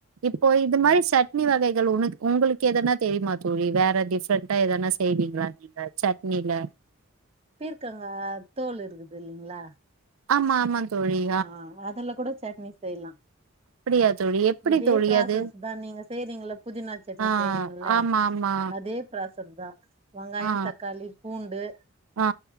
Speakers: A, on the right (about 75°); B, on the right (about 30°).
A: இப்போ இது
B: ஆ
A: மாதிரி சட் சட்னி வகைகள் உன உங்களுக்கு எதனா தெரியமா தோழி வேற டிஃப்ரெண்ட்டா எதனா செய்வீங்களா நீங்க சட்னில
B: பீர்க்கங்க தோல் இருக்குது இல்லங்களா
A: ஆமா ஆமா தோழி
B: ஆ அததுல கூட சட்னி செய்லா
A: அப்படியா தோழி எப்படி
B: இதே
A: தோழி
B: ப்ராசஸ்
A: அது
B: தா நீங்க செய்றீங்கள புதினா சட்னி
A: ஆ
B: செய்றீங்கள
A: ஆமா ஆமா
B: அதே ப்ராசஸ்தா வெங்காய
A: ஆ
B: தக்காளி பூண்டு
A: ஆ